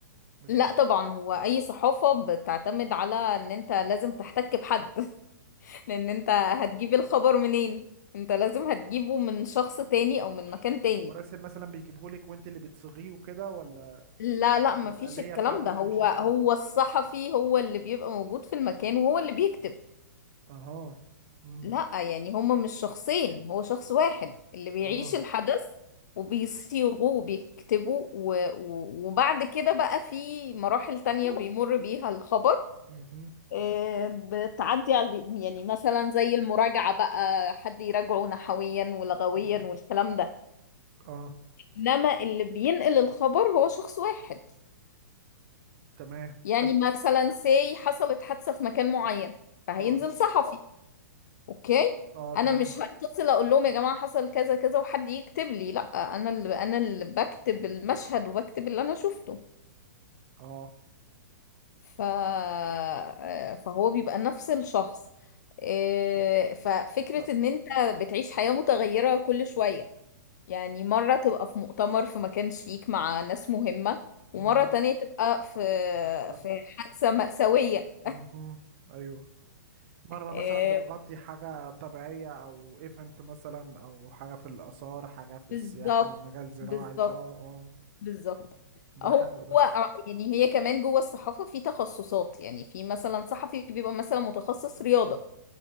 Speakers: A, on the right; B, on the left.
A: مش
B: لا طبعا هو اي صحافة بتعتمد على ان انت لازم تحتك بحد <laughs> لان انت هتجيب الخبر منين انت لازم هتجيبه من شخص تاني او من
A: مش
B: مكان
A: مش
B: تاني
A: مراسل مثلا بيجيبهولك وانت اللي بتصيغيه وكده ولا
B: لا لا مفيش
A: الآلية
B: الكلام
A: بتاعته
B: ده
A: بتمشي
B: هو
A: ازاي
B: هو الصحفي هو اللي بيبقى موجود في المكان وهو اللي بيكتب
A: اها امم
B: لا يعني هما مش شخصين هو شخص واحد اللي بيعيش
A: اه
B: الحدث وبيصيغه وبيكتبه و... و... وبعد كده بقى في مراحل تانية بيمر بيها الخبر
A: امم
B: آه، بتعدي على يعني مثلا زي المراجعة بقى حد يراجعه نحويا ولغويا
A: امم
B: والكلام ده
A: اه
B: انما اللي بينقل الخبر هو شخص واحد
A: تمام
B: يعني
A: طب،
B: مثلا سي حصلت حادثة في مكان معين فهينزل
A: اه
B: صحفي اوكي
A: اه
B: انا
A: تمام
B: مش هتصل اقول لهم يا جماعة حصل كذا كذا وحد يكتب لي لا انا اللي انا اللي بكتب المشهد وبكتب اللي انا شفته
A: اه
B: ف... آه، فهو بيبقى نفس الشخص إيه، ففكرة
A: طب
B: ان انت بتعيش حياة متغيرة كل شوية يعني مرة تبقى في مؤتمر في مكان شيك مع ناس مهمة ومرة
A: امم
B: تانية تبقى في
A: حادثة
B: في حادثة مأساوية
A: امم ايوه مرة
B: إيه،
A: مثلا بتغطي حاجة طبيعية أو ايفنت مثلا أو حاجة في الآثار حاجة في السياحة
B: بالظبط
A: مجال زراعي
B: بالظبط
A: اه اه
B: بالظبط
A: ده
B: هو
A: حلو ده
B: هو يعني هي كمان جوه الصحافة في تخصصات يعني في مثلا صحفي بيبقى مثلا متخصص رياضة